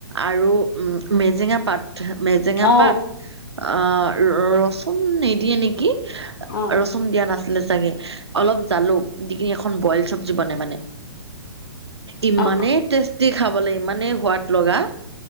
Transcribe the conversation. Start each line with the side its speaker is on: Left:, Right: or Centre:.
Right: আৰু উম' মেজেঙা পাত। মেজেঙা
Left: অঁ
Right: পাত আঁহ', ৰচুন নিদিয়ে নেকি,
Left: অঁ
Right: ৰচু- ন দিয়া নাছিলে চাগে, অলপ জালুক দি কিনি এখন বইল চব্জি বনাই মানে। ইমানেই
Left: অঁ
Right: টেষ্টি খাবলৈ, ইমানেই সোৱাদ লগা।